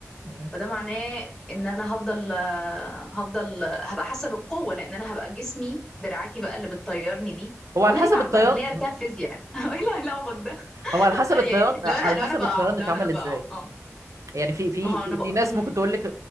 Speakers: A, on the right (about 75°); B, in the centre.
A: ايوه
B: فده معناه ان انا هفضل آه، هفضل آه، هبقى حاسه بالقوه لان انا هبقى جسمي دراعاتي بقى اللي بتطيرني دي
A: هو
B: هو
A: على
B: انا
A: حسب
B: ليه بقى
A: الطيران
B: بقى انا ليه قلبتها فيزياء يعني <laughs> ايه اللي- إيه العبط ده
A: هو
B: <laughs>
A: على حسب
B: يعني
A: الطيران
B: لو
A: على
B: انا
A: حسب
B: لو انا بقع
A: الطيران
B: لو
A: اتعمل
B: انا بقع
A: ازاي
B: اه
A: يعني في في
B: ما هو
A: في,
B: انا بقع
A: في ناس
B: امم
A: ممكن تقول لك